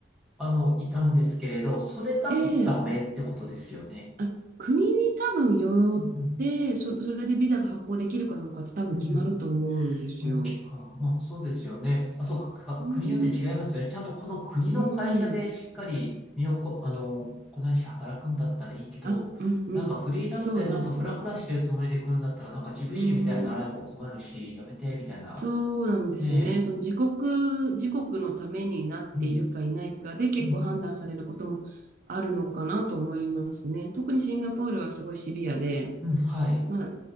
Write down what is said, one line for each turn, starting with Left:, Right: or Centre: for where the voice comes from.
Centre: あの、いたんですけれど、それだとダメってことですよね。
Right: ええ。あ、国に多分よって、
Centre: うん
Right: そ、それでビザが発行できるかどうかって多分決まると思うんですよ。
Centre: うん。うんそっか。まあ、そうですよね。あ、そうか。か国によって違いますよね。
Right: うん。
Centre: ちゃんとこの国の会社でしっかり身をこ、
Right: うん。
Centre: あの、粉にして働くんだったらいいけど、
Right: あ、うんうん。
Centre: なんかフリーランスでなんかフラフラしてるつもりで来るんだったら、
Right: そうなんですよ。
Centre: なんか自分史みたいになられても困るし、
Right: うん。
Centre: やめて、みたいな。
Right: そうなんですよね。
Centre: ね
Right: その自国、自国のためになっているかいないかで結構判断されることもあるのかなと思いますね。
Centre: え。うん、うん、
Right: 特にシンガポールはすごいシビアで、
Centre: うん、はい。
Right: まあ、